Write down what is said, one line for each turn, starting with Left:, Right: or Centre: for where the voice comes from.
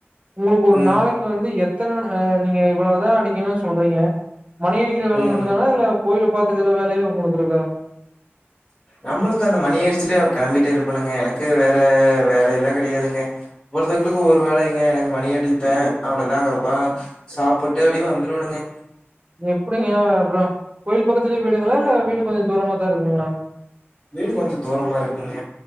Right: உங்களுக்கு ஒரு
Left: ம்
Right: நாளைக் கு வந்து எத்தன அ நீங்க இவ்வளதா அடிக்கணு சொல்றங்க மணி அடிக்கிற வேல
Left: ம்
Right: மட்டுதானா இல்ல கோயல பாத்துக்கற வேலையு உங்களுக்கு இருக்கா
Left: நம்மளுக்கு அந்த மணியடிச்சிட்டே கிளம்பிட்டே இருப்பணுங்க எனக்கு வேற வேலைலா கெடையாதுங்க ஒருத்தவங்களுக்கு ஒரு வேளைங்க எனக்கு மணி அடிப்பே அவளதா வப்பா சாப்புட்டு அப்டியே வந்துருவேனுங்க
Right: எப்டிங்க அப்ரோ கோயில் பக்கத்துலயே வீடுங்ளா இல்ல வீடு கொஞ்சோ தூரமா தா இருக்குங்களா
Left: வீடு கொஞ்சோ தூரமா இருக்குங்க